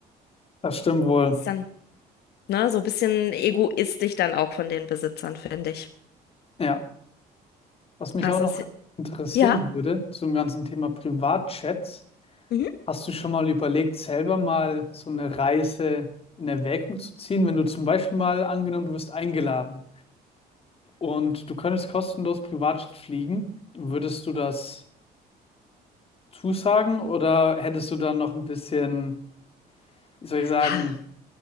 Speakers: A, on the left; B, on the left.
A: das stimmt wohl.
B: Ist dann, ne, so ein bisschen egoistisch dann auch von den Besitzern, finde ich.
A: Ja, was mich
B: Das
A: auch noch
B: ist ja.
A: interessieren
B: Ja.
A: würde zum ganzen Thema Privatchats.
B: Mhm.
A: Hast du schon mal überlegt, selber mal so eine Reise in Erwägung zu ziehen, wenn du zum Beispiel mal angenommen, du wirst eingeladen und du könntest kostenlos Privatjet fliegen, würdest du das zusagen oder hättest du dann noch ein bisschen, wie soll ich sagen,
B: Ah.